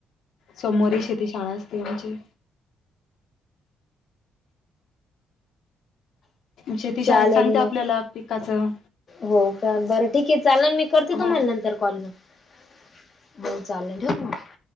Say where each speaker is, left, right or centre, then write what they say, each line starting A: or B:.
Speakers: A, on the left; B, on the left.
A: सोमवारी शेती शाळा असते आमची. शेती
B: चालेल
A: शाळेत सांगते आपल्याला
B: मग
A: पिकाचं
B: हो. बरं ठीक आहे. चालेल करते
A: हो
B: तुम्हाला नंतर कॉल. हो. चालेल ठेऊ मग.